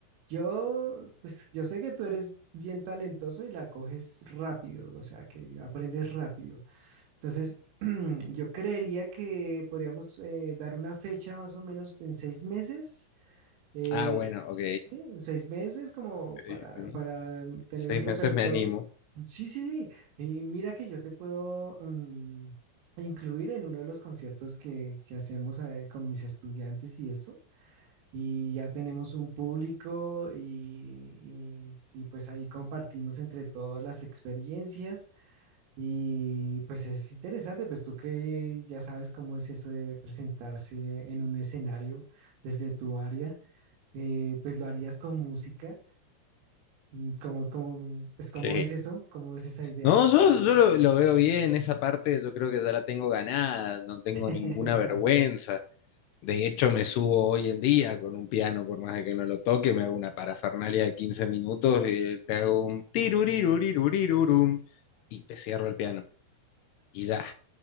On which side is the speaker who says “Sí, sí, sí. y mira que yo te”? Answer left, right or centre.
Right